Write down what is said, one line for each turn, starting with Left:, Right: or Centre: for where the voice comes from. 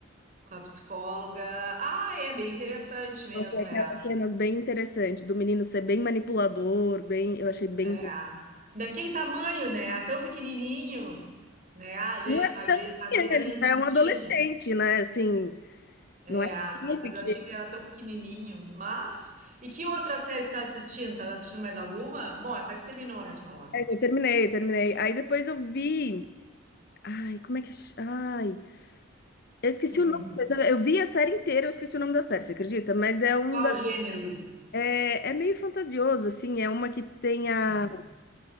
Right: Com a psicóloga. Ah, é bem interessante mesmo,
Left: Eu achei aquelas
Right: é.
Left: cenas bem interessantes, do menino ser bem manipulador, bem, eu achei bem.
Right: É. Daquele tamanho, né? Tão pequenininho, né? A gente,
Left: Não é tão
Right: às
Left: pequeno,
Right: vezes
Left: ele
Right: a gente
Left: já
Right: subestima.
Left: é um adolescente, né? Assim,
Right: É,
Left: não é tão pequeno.
Right: mas eu achei que ele era tão pequenininho, mas... E que outra série tu tá assistindo? Tá assistindo mais alguma? Bom, essa aí tu terminou, né, tu falou.
Left: Mas Eu terminei, terminei. Aí depois eu vi. Ai, como é que. ch- Ai, eu esqueci
Right: Hum.
Left: o nome. Eu vi a série inteira, eu esqueci o nome da série, você acredita? Mas é um
Right: Qual
Left: da.
Right: gênero?
Left: É, é meio fantasioso, assim. É uma que tem a
Right: Tá.